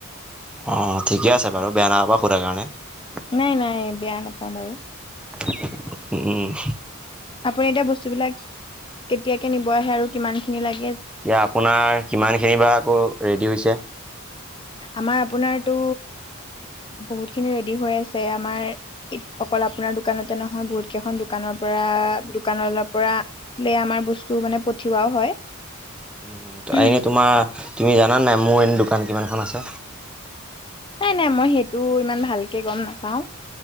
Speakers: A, in the centre; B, on the left.
A: অ ঠিকে আছে বাৰু বেয়া নাপাবা খুধাৰ কাৰণে <unintelligible>
B: নাই নাই বেয়া নাপাওঁ বাৰু।
A: <unintelligible> উম।
B: আপুনি এতিয়া বস্তুবিলাক কেতিয়াকে নিব আহে আৰু কিমান খিনি লাগ?
A: এতিয়া আপোনাৰ কিমানখিনিৰ বা আকৌ ৰেডি হৈছে।
B: আমাৰ আপোনাৰতটো বহুত খিনি ৰেডি হৈ আছে। আমাৰ ই অকল আপোনাৰ দোকানতে নহয় বহুত কেইখন দোকানৰ পৰা দোকান পৰা আমাৰ বস্তু তটো মানে পঠিওৱাও হয়।
A: উম, এনেই তোমাৰ তুমি জানা নাই মোৰ এনে দোকান কিমানখন আছে?
B: নাই নাই মই সেইটো ইমান ভালকে গম নাপাও।